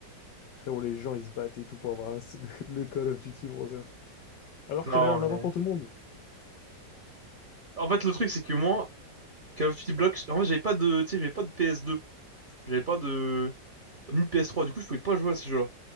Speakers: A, on the left; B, on the right.
A: Frérot, les gens, ils se battent et tout pour avoir un- <laughs> le, Call of Duty Brother. Alors
B: Non,
A: qu'il allait en a un
B: mais
A: avoir pour tout le monde.
B: en fait, le truc, c'est que moi, Call of Duty Black, en fait, j'avais pas de, tu sais, j'avais pas de PS2, j'avais pas de ni de PS3, du coup, je pouvais pas jouer à ces jeux-là.